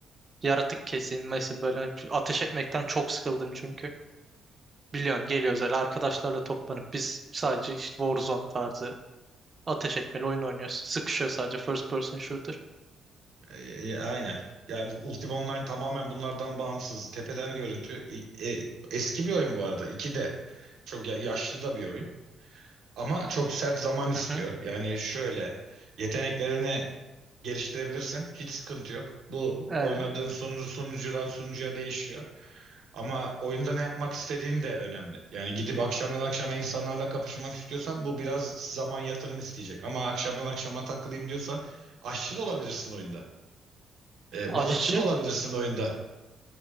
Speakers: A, on the right; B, on the right.
A: yaratık keseyim, mesin böyle ateş etmekten çok sıkıldım çünkü. Biliyorsun geliyoruz öyle arkadaşlarla toplanıp biz sadece işte Warzone tarzı ateş etmeli oyun oynuyoruz. Sıkışıyor sadece first person shooter.
B: E, e, aynen. Ya bu Ultima Online tamamen bunlardan bağımsız. Tepeden görüntü. E, e, eski bir oyun bu arada. 2 de Çok ya- yaşlı da bir oyun. Ama çok sert zaman istiyor.
A: Hı hı.
B: Yani şöyle yeteneklerini geliştirebilirsin. Hiç sıkıntı yok. Bu
A: Ee,
B: oynadığın sunucu, sunucudan sunucuya değişiyor. Ama oyunda ne yapmak istediğin de önemli. Yani gidip akşamdan akşama insanlarla kapışmak istiyorsan bu biraz zaman yatırım isteyecek. Ama akşamdan akşama takılayım diyorsan aşçı da olabilirsin oyunda. Ee,
A: aşçı
B: balıkçı da olabilirsin oyunda.